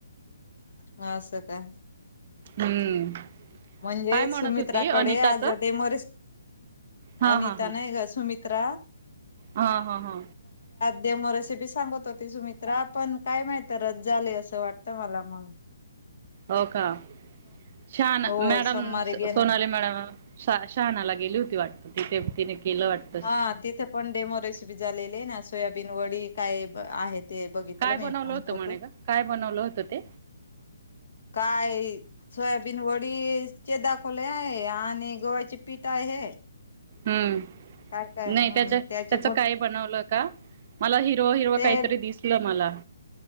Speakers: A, on the left; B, on the right.
A: हा अस का
B: हम्म
A: म्हणजे
B: काय म्हणत
A: सुमित्राकडे
B: होती अनिताचं
A: आज देमरेस
B: हा
A: अनिता
B: हा हा
A: नाही ग सुमित्र त्र
B: हा हा हा
A: देमो रेसिपी सांगत होती सुमित्रा पण काय माहित रच झाले असं वाटतं मला मग ह
B: हो का श
A: हो
B: मॅडम
A: सोमवारी
B: सोनाली
A: घेण
B: मॅडम शहानाला गेली होती वाटत तिथ तिने केलं वाटत
A: हा तिथे पण डेमोरेस बी झालेले आहे ना सोयाबीन वडी काय आहे ते बघितलं
B: काय
A: मी
B: बनवलं
A: पण
B: होतं
A: फोटो
B: म्हणे का काय बनवलं होतं ते
A: काय सोयाबीन वडी चे दाखवले आहे आणि गोव्याचे पीठ आहे
B: हम्म
A: काय काय हम्म
B: नाही त्याच्या
A: त्याचे
B: त्याच काही बनवलं का मला हिरो हिरो
A: ते
B: काहीतरी दिसलं मला